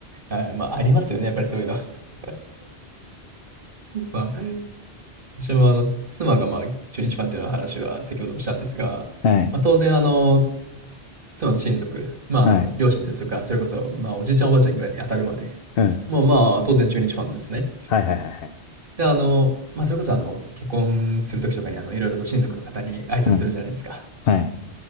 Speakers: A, on the right; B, on the left.
A: はい。まあ、ありますよね。やっぱりそういうの。<laughs> まあ、私もあの、妻がまあ、中日ファンっていうのは話は先ほどもしたんですが、
B: はい。
A: まあ、当然あの、妻の親族、まあ、
B: はい。
A: あの、両親ですとか、それこそ、まあ、おじいちゃんおばあちゃんぐらいに当たるまで、
B: うん。
A: もうまあ、当然中日ファンなんですね。
B: はいはいはいはい。
A: で、あの、まあ、それこそあの、結婚するときとかにあの、いろいろと親族の方に挨拶するじゃないですか。
B: うん。うん。はい。